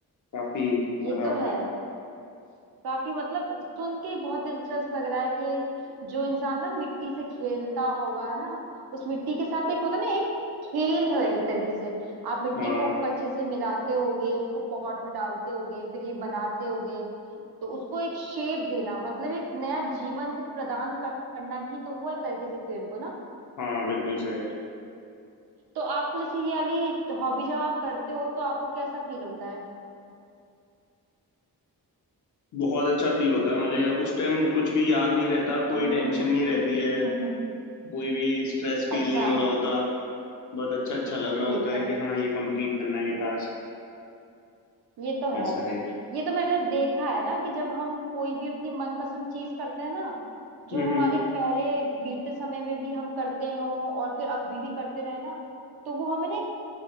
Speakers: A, on the left (about 50°); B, on the right (about 65°).
A: काफी
B: ये
A: मजा
B: तो
A: आता
B: है
A: है
B: काफी मतलब सुन के ही बहुत दिलचस्प लग रहा है कि जो इंसान ना मिट्टी से खेलता होगा है ना उस मिट्टी के साथ एक होता है ना एक खेल है एक तरीके से आप मिट्टी
A: हाँ
B: को खूब अच्छे से मिलाते होगे उसको पॉट में डालते होगे फिर ये बनाते होगे तो उसको एक शेप देना मतलब एक नया जीवन प्रदान कर- करना ही तो हुआ एक तरीके से पेड़ को ना
A: हाँ बिल्कुल सही
B: तो आपको जैसे ये वाली हॉबी जब आप करते हो तो आपको कैसा फील होता है
A: बहुत अच्छा फील होता है मुझे उस टाइम कुछ भी याद नहीं रहता कोई
B: हम्म
A: टेंशन नहीं रहती है
B: हम्म
A: कोई भी स्ट्रेस
B: <laughs>
A: फील
B: अच्छा
A: नहीं हो रहा होता बस अच्छा अच्छा लग रहा
B: ये
A: होता है
B: तो
A: कि
B: है
A: हाँ ये कंप्लीट करना है टास्क
B: ये तो है
A: ऐसा रहे
B: ये तो मैंने देखा है ना कि जब हम कोई भी अपनी मनपसंद चीज करते हैं ना जो
A: हम्म,
B: हमारे
A: हम्म।
B: पहले बीते समय में भी हम करते हो और फिर अभी भी करते रहे ना तो वो हमें ना एक,